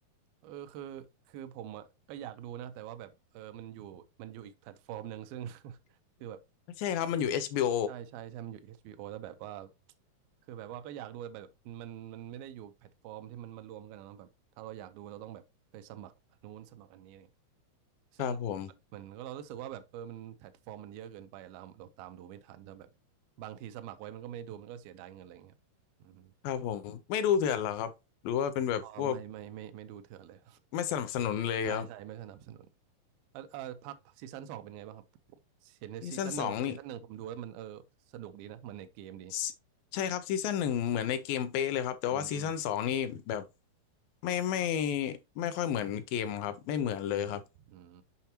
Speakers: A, on the right; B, on the left.
A: เออคือคือผมอ่ะก็อยากดูนะแต่ว่าแบบเออมันอยู่มันอยู่อีกแพลตฟอร์มหนึ่งซึ่ง <laughs> คือแบบ
B: ไม่ใช่ครับมันอยู่ HBO
A: ใช่ใช่ใช่มันอยู่ HBO แล้วแบบว่าคือแบบว่าก็อยากดูแต่แบบมันมันไม่ได้อยู่แพลตฟอร์มที่มันมารวมกันนะแบบถ้าเราอยากดูเราต้องแบบไปสมัครอันนู้นสมัครอันนี้ ซึ่ง
B: ครับผม
A: มันก็เรารู้สึกว่าแบบเออมันแพลตฟอร์มมันเยอะเกินไปเราเราตามดูไม่ทันแล้วแบบบางทีสมัครไว้มันก็ไม่ได้ดูมันก็เสียดายเงินอะไรเงี้ยอืม
B: ครับผมไม่ดูเถื่อนเหรอครับหรือว่าเป็นแบบพวก
A: อ๋อไม่ไม่ไม่ไม่ดูเถื่อนเลย
B: ไม่สนับสนุนเลยครับ
A: ใช่ใช่ไม่สนับสนุนเออเออพักซีซั่นสองเป็นไงบ้างครับเห็นในซีซั่นหนึ่งซีซั่นหนึ่งผมดูแล้วมันเออสนุกดีนะมันในเกมดี
B: ซีซั่นสองนี่ Si- ใช่ครับซีซั่นหนึ่งเหมือนในเกมเป๊ะเลยครับแต่ว่าซีซั่นสองนี่แบบ
A: อืมอืม
B: ไม่ไม่ไม่ค่อยเหมือนเกมครับไม่เหมือนเลยครับ
A: อืมอืม